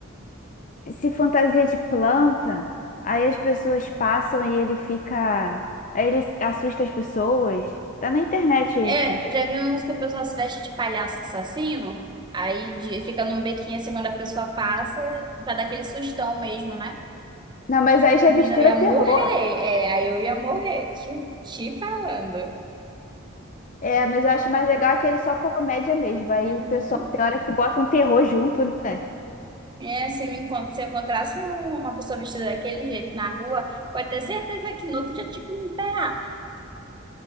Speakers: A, on the left (about 40°); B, on the right (about 20°).
A: se fantasia de planta, aí as pessoas passam e ele fica. Aí ele assusta as pessoas. Tá na internet esse.
B: é, eu já vi uns que o pessoal se veste de palhaço assassino, aí de- fica num bequinho assim quando a pessoa passa, pra dar aquele sustão mesmo, né?
A: Não, mas aí já
B: Menino,
A: mistura
B: Eu ia
A: terror.
B: morrer, é, aí eu ia morrer, te, te falando.
A: É, mas eu acho mais legal aquele só comédia mesmo. Aí
B: Uhum.
A: o pessoal tem hora que bota um terror junto, né?
B: É, se me encont- se eu encontrasse um- uma pessoa vestida daquele jeito na rua, pode ter certeza que no outro dia tinha que me ferrar.